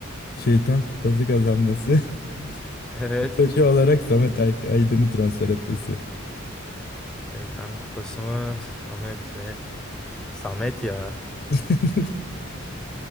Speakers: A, on the left; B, in the centre.
A: Şeytan kupası kazanması.
B: Evet.
A: <laughs> Taşı olarak Samet Ay- Aydın'ı transfer etmesi.
B: Şeytan Kupası mı? Samet mi? Samet ya.
A: <laughs>